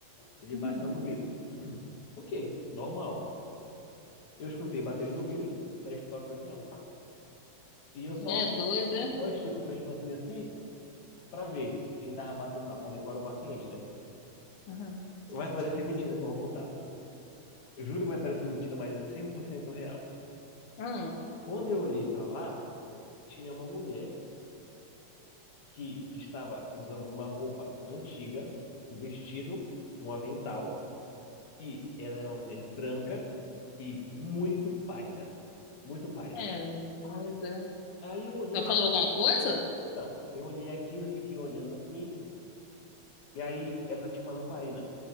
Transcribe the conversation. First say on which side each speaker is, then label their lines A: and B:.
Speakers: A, on the left (about 70°); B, on the left (about 55°).
A: Ele
B: Uhum.
A: bate lá no vidro. Ok, normal. Eu escutei baterem no vidro, três toques assim, ó. E eu só,
B: É doida.
A: só estico o pescoço assim, assim, pra ver quem tava batendo lá, pra ver qual era o paciente, né?
B: Uhum.
A: Vai parecer mentira que eu vou contar. Juro que vai parecer mentira, mas é 100% real.
B: Uhum.
A: Quando eu olhei pra lá, tinha uma mulher que estava usando uma roupa antiga, um vestido, um avental, e ela era uma mulher branca e muito pálida, muito pálida.
B: É doida.
A: Aí eu olhei
B: Ela
A: aqui,
B: falou alguma coisa?
A: então, eu olhei aquilo, fiquei olhando assim, E aí ela tinha uma lamparina